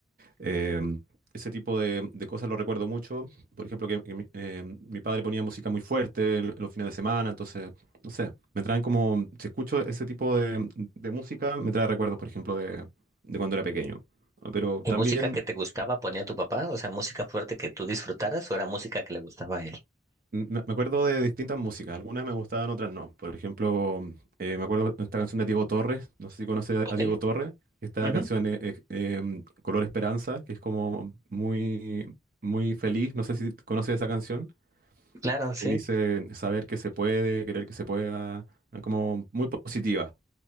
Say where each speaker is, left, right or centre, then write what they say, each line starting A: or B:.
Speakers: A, on the right; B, on the right.
A: Em, ese tipo de, de cosas lo recuerdo mucho. Por ejemplo, que, que mi, em, mi padre ponía música muy fuerte en los fines de semana, entonces, no sé, me traen como, si escucho ese tipo de, de música, me trae recuerdos, por ejemplo, de, de cuando era pequeño. Pero
B: ¿Y
A: también
B: música que te gustaba ponía tu papá? O sea, música fuerte que tú disfrutaras o era música que le gustaba a él.
A: m- me me acuerdo de distintas músicas, algunas me gustaban, otras no. Por ejemplo, mm, eh, me acuerdo de esta canción de Diego Torres, no sé si conoces
B: Ok.
A: a, a Diego Torres, esta
B: Ujú.
A: canción eh, eh, em, Color Esperanza, que es como muy, muy feliz, no sé si conoces esa canción,
B: Claro, sí.
A: que dice saber que se puede, querer que se pueda, eh, como muy positiva.